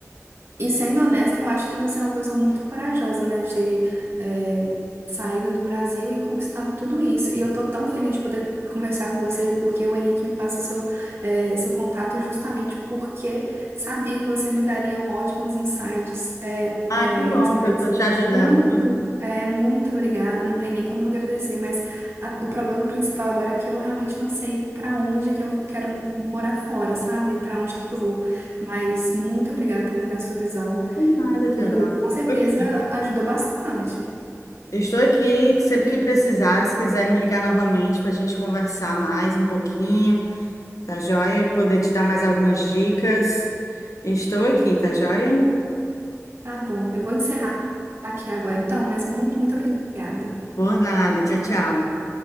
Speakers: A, on the right; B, on the left.
A: E sendo honesta, eu acho que você é uma pessoa muito corajosa, né, de ter é, saído do Brasil e conquistado tudo isso. E eu tô tão feliz de poder conversar com você, porque o Henrique me passa seu, é, seu contato justamente porque sabia que você me daria ótimos insights, é,
B: Ai,
A: é,
B: que bom
A: insights.
B: que eu tô te ajudando.
A: Muito, é, muito obrigada, não tem nem como agradecer, mas a- o problema principal agora é que eu realmente não sei pra onde que eu vou- quero morar fora, sabe? Pra onde que eu vou. Mas muito obrigada por me dar sua visão
B: De nada, Teodoro.
A: e eu- com certeza
B: Ok.
A: ajudou bastante.
B: Eu estou aqui, que sempre que precisar, se quiser me ligar novamente para a gente conversar mais um pouquinho, tá joia? Poder te dar mais algumas dicas. Estou aqui, tá joia?
A: Tá bom, eu vou encerrar aqui agora então, mas muito, muito obrigada.
B: Por nada, tchau, tchau.